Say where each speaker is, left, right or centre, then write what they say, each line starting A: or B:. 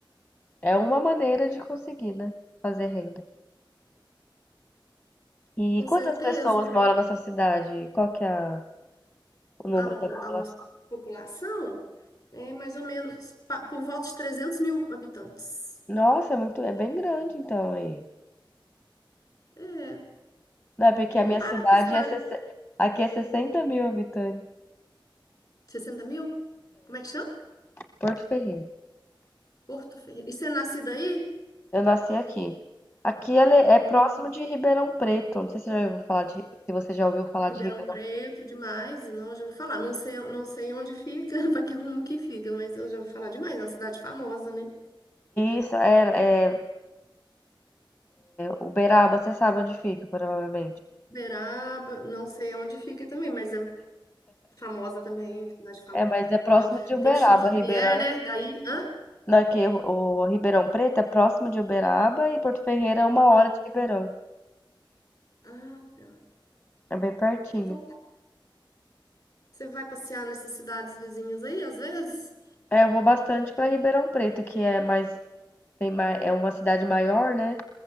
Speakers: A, on the left; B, on the left.
A: é uma maneira de conseguir, né? Fazer renda. E
B: Com certeza.
A: quantas pessoas moram nessa cidade? Qual que é a- o número
B: a, uma bo-
A: da população?
B: a nossa população é mais ou menos pa- por volta de 300 mil habitantes.
A: Nossa, é muito, é bem grande então aí.
B: É,
A: Não, é porque
B: não
A: a
B: compara
A: minha cidade
B: com a cidade.
A: é, 60 aqui é 60 mil habitantes,
B: sessenta mil? Como é que chama?
A: Porto Ferreira.
B: Porto Ferreira. E você é nascida aí?
A: Eu nasci aqui. Aqui ela é é
B: Hum,
A: próximo de Ribeirão Preto. Não sei se você já ouviu falar de, se você já ouviu falar
B: Ribeirão
A: de Ribeirão.
B: Preto, demais. Não, eu já ouvi falar. Não sei, não sei onde fica, <laughs> para que rumo que fica, mas eu já ouvi falar demais. É uma cidade famosa, né?
A: Isso, é, é Uberaba, você sabe onde fica, provavelmente.
B: Uberaba, não sei onde fica também, mas é famosa também, cidade famosa.
A: É, mas é próximo
B: Por causa-
A: de Uberaba,
B: Tem o Chico Xavier,
A: Ribeirão.
B: né? Daí. Hã?
A: Não, é que o, o Ribeirão Preto é próximo de Uberaba e Porto Ferreira é uma hora
B: Hã?
A: de Ribeirão.
B: Ah, tá.
A: É bem pertinho.
B: Então Você vai passear nessas cidades vizinhas aí, às vezes?
A: É, eu vou bastante para Ribeirão Preto, que é mais, tem mais, é uma cidade maior, né?